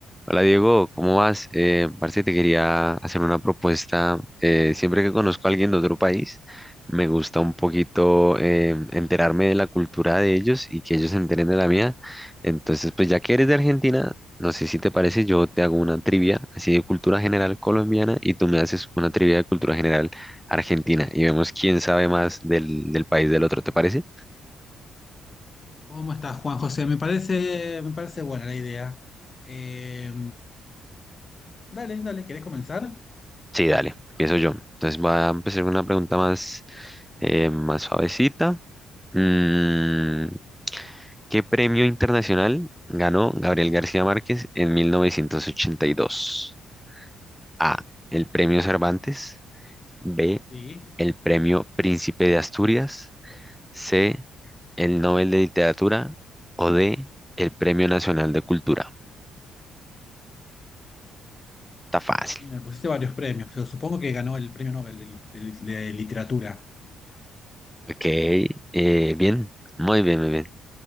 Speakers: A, in the centre; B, on the left (about 35°).
A: Hola Diego, ¿cómo vas? Eh, parce, te quería hacer una propuesta. Eh, siempre que conozco a alguien de otro país, me gusta un poquito eh, enterarme de la cultura de ellos y que ellos se enteren de la mía. Entonces, pues ya que eres de Argentina, no sé si te parece, yo te hago una trivia así de cultura general colombiana y tú me haces una trivia de cultura general argentina y vemos quién sabe más del, del país del otro, ¿te parece?
B: ¿Cómo estás, Juan José? Me parece, me parece buena la idea. Eh, dale, dale, ¿querés comenzar?
A: Sí, dale, empiezo yo. Entonces va a empezar con una pregunta más, eh, más suavecita. Mm, ¿qué premio internacional ganó Gabriel García Márquez en 1982? A. El premio Cervantes. B.
B: Sí,
A: El premio Príncipe de Asturias. C. El Nobel de Literatura. O D. El Premio Nacional de Cultura. Está fácil.
B: me pusiste varios premios. Yo supongo que ganó el premio Nobel de, li- de li- de literatura.
A: Ok. eh, bien. Muy bien, muy bien.